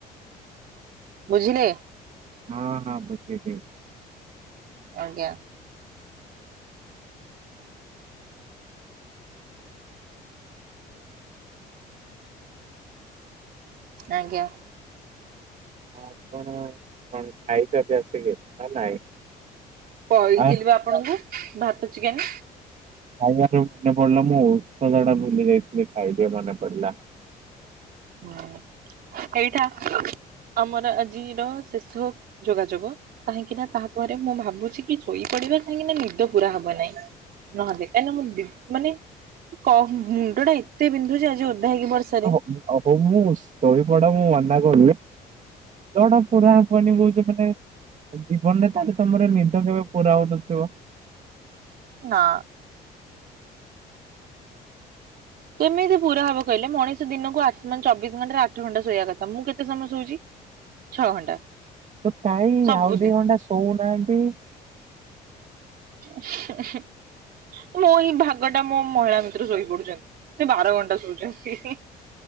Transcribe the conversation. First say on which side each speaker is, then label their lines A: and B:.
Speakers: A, on the right (about 65°); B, on the right (about 45°).
A: ବୁଝିଲେ?
B: ହଁ ହଁ। ବୁଝିଲି।
A: ଆଜ୍ଞା। ଆଜ୍ଞା।
B: ହଁ ଆପଣ କଣ ଖାଇଛନ୍ତି ଆସିକି ନା ନାଇଁ?
A: କହିଥିଲି
B: ଆରେ
A: ବା ଆପଣଙ୍କୁ ଭାତ ଚିକେନ୍
B: ଖାଇବାର ମନେ ପଡିଲା। ମୁଁ ଔଷଧ ଟା ଭୁଲି ଯାଇଥିଲି, ଖାଇଦିଏ ମନେ ପଡିଲା।
A: ହୁଁ ଏଇଟା ଆମର ଆଜିର ଶେଷ ଯୋଗାଯୋଗ, କାହିଁକି ନା ତାପରେ ମୁଁ ଭାବୁଛି କି ଶୋଇ ପଡିବା କାହିଁକି ନା ନିଦ ପୁରା ହବ ନାହିଁ। ନହଲେ କାହିଁକିନା ମୁଁ ମାନେ କ- ମୁଣ୍ଡଟା ଏ ଏତେ ବିନ୍ଧୁଛି ଆଜି ଓଦା ହେଇକି ବର୍ଷାରେ
B: ହଉ ହଉ। ମୁଁ ଶୋଇପଡ ମୁଁ ମନା କରୁନି। ନିଦଟା ପୁର ହବନି କହୁଛ ମାନେ, ଜୀବନରେ ତାହେଲେ ତମର ନିଦ କେବେ ପୁରା ହଉନଥିବ
A: ନା କେମିତି ପୁରା ହବ କହିଲେ? ମଣିଷ ଦିନକୁ ଆଠ-ମାନେ ଚବିଶ ଘଣ୍ଟା ରୁ, ଆଠ ଘଣ୍ଟା ଶୋଇବା କଥା। ମୁଁ କେତେ ସମୟ ଶୋଉଛି ଛଅ ଘଣ୍ଟା।
B: ତ କାଇଁ
A: ସବୁଦିନ
B: ଆଉ ଦି ଘଣ୍ଟା ଶୋଉନାହାନ୍ତି।
A: <unintelligible> ମୋ ଏଇ ଭାଗ ଟା ମୋ ମହିଳା ମିତ୍ର ଶୋଇପଡୁଛନ୍ତି। ସେ ବାର ଘଣ୍ଟା ଶୋଉଛନ୍ତି।